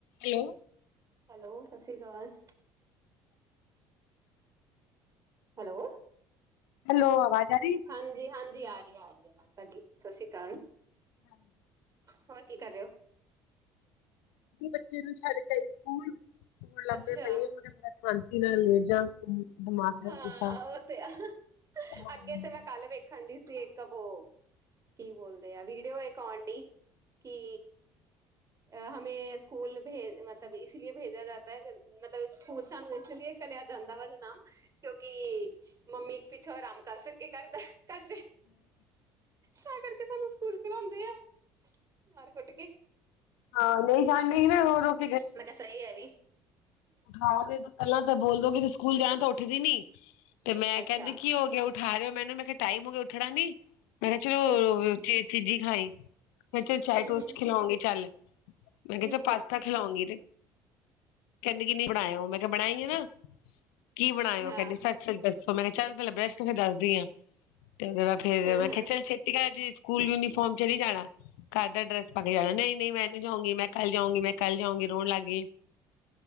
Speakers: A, on the left; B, on the right.
A: Hello
B: hello ਸਤਿ ਸ੍ਰੀ ਅਕਾਲ ਹੈਲੋ
A: ਹੈਲੋ ਆਵਾਜ਼ ਆ ਰਹੀ
B: ਹਾਂਜੀ ਹਾਂਜੀ ਆ ਰਹੀ ਆ ਰਹੀ ਹੈ ਬਸ ਤੁਹਾਡੀ ਸਤਿ ਸ਼੍ਰੀ ਅਕਾਲ
A: ਹਾਂਜੀ
B: ਹੋਰ ਕੀ ਕਰ ਰਹੇ ਹੋ
A: ਬੱਚੇ ਨੂੰ ਛੱਡ ਕੇਏ ਸਕੂਲ ਸਕ ਲੰਬੇ
B: ਅੱਛਾ
A: ਪਈ ਮ ਪਤਾ ਸ਼ਾਂਤੀ ਨਾਲ ਲੈ ਜਾ ਦਿਮਾਗ ਖਰਾਬ
B: ਹਾਂ
A: ਕੀਤਾ
B: ਉਹ ਤੇ ਆ
A: ਹਾਂਜੀ
B: ਅੱਗੇ ਤੇ ਮੈਂ ਕੱਲ ਵੇਖ ਖਣ ਸੀ ਇੱਕ ਵੋ ਕੀ ਬੋਲਦੇ ਆ ਵੀਡੀਓ ਇੱਕ ਆਉਣ ਡ ਕਿ ਅ ਹਮੇ ਸਕੂਲ ਭੇਜ ਮਤਲਬ ਇਸ ਲਈ ਭੇਜਾ ਜਾਤਾ ਹੈ ਮਤਲਬ ਸਕੂਲ ਸਾਨੂੰ ਇਸ ਲਈ ਕਲਿਆ ਜਾਂਦਾ ਵਾ ਜਨਾ ਕਿਉਂਕਿ ਮੰਮੀ ਇੱਕ ਪਿੱਛੋਂ ਆਰਾਮ ਕਰ ਸਕੇ ਕਰਦਾ ਕਰੇ ਤਾਂ ਕਰਕੇ ਸਾਨੂੰ ਸਕੂਲ ਖਲਾਉਂਦੇ ਆ ਮਰ ਕੁੱਟ ਕੇ
A: ਹਹ ਡ ਗ ਹੋਰ <inaudible>
B: ਮੈਂ ਕਿਹਾ ਸਹੀ ਹੈ ਇਹ ਵੀ।
A: ਪਹਿਲਾਂ ਤਾਂ ਬੋਲਦੋਗੇ ਸਕੂਲ ਜਾਣ ਤਾਂ ਉੱਠਦੀ ਨੀ ਤੇ ਮੈਂ
B: ਅੱਛਾ।
A: ਕਹਿੰਦੀ ਕੀ ਹੋ ਗਿਆ ਉਠਾਦੇ ਓ ਮੈਨੂੰ। ਮੈਂ ਕਿਹਾ ਟਾਈਮ ਹੋ ਗਿਆ, ਉੱਠਣਾ ਨੀ? ਮੈਂ ਕਿਹਾ ਚਲੋ
B: ਠੀਕ।
A: ਚੀਜ਼ੀ ਖਾਈ। ਮੈਂ ਕਿਹਾ ਚਾੲ
B: ਹੂੰ-ਹੂੰ
A: ਟੋਸਟ ਖਿਲਾਉਂਗੀ ਚੱਲ। ਮੈਂ ਕਿਹਾ
B: ਅੱਛਾ।
A: ਪਾਸਤਾ ਖਿਲਾਉਗੀ ਤੇ ਕਹਿੰਦੇ ਕਿ ਨਹੀਂ ਬਣਾਇਓ ਮੈਂ ਕਿਹਾ ਬਣਾਈ ਆ ਨਾ। ਕੀ ਬਣਾਇਓ
B: ਹਾਂ,
A: ਕਹਿੰਦੇ ਸੱਚ ਚ ਦੱਸੋ ਮੈਂ ਕਿਹਾ ਚੱਲ ਪਹਿਲਾਂ ਬਰੱਸ਼ ਕਰ ਫਿਰ ਦੱਸਦੀ ਆਂ ਤੇ ਉਹਦੇ ਬਾਅਦ ਫੇਰ
B: ਹਾਂ-ਹਾਂ।
A: ਮੈਂ ਕਿਹਾ
B: ਹੂੰ-ਹੂੰ।
A: ਚੱਲ ਜੀ ਸਕੂਲ ਯੂਨੀਫਾਰਮ ਚ ਨਹੀਂ ਜਾਣਾ ਘਰ ਦਾ ਡਰੈਸ ਪਾ ਕੇ ਜਾਣਾ ਨਹੀਂ ਨਹੀਂ ਮੈਂ ਕੱਲ ਜਾਊਗੀਂ। ਕੱਲ ਜਾਊਂਗੀਂ। ਮੈਂ ਕੱਲ ਜਾਊਗੀਂ। ਰੋਣ ਲੱਗ ਗਈ।